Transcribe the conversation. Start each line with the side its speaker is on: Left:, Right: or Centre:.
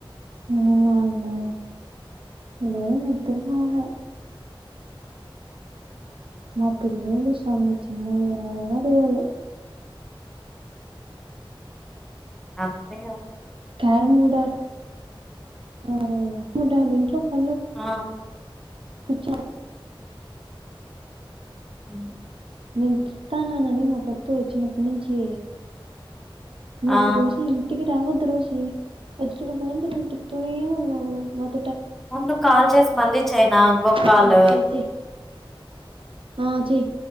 Right: నేనా లే లేే నిదురపోలె. మా పిల్లలు స్వామి చిన్నది ఎవ్వరుగాదు
Centre: అంతే
Right: వారం గూడా గాలే ఇప్పుడు వాళ్ళు ఇంట్లో ప
Centre: ఆ
Right: చ
Centre: హ
Right: నేను తిడతానానని మా పత్తు వచ్చినప్పటి నుంచి నువ్వు
Centre: ఆ
Right: రోజు ఇంటికి రావద్దు త్రూసి వచ్చినప్పుడు నుంచి నన్ను చెప్తూనే ఉన్నావు మతు
Centre: ఉండు కాల్ చేసి మళ్ళీ చేయనా ఇంకొ కాల్
Right: ఆ, చెయ్యి చెయ్యి ఆ చెయ్